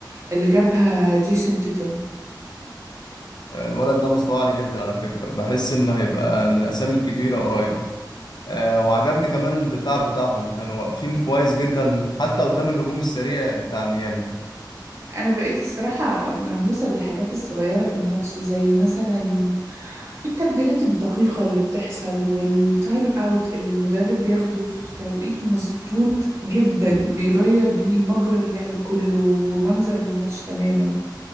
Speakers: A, on the right; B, on the left.
A: اللي جابها جيسون تيتم
B: الولد ده مستوى عالي جدا على فكره بحس انه هيبقى من الاسامي الكبيره قريب آه، وعجبني كمان الدفاع بتاعهم كانوا واقفين كويس جدا حتى قدام الهجوم السريع بتاع ميامي
A: انا بقيت الصراحة مهووسة بالحاجات الصغيرة في الماتش زي مثلا التبديلات الدقيقة اللي بتحصل والتايم اوت اللي المدرب بياخده في توقيت مظبوط جدا بيغير بيه مجرى اللعب كله ومنظر الماتش تماما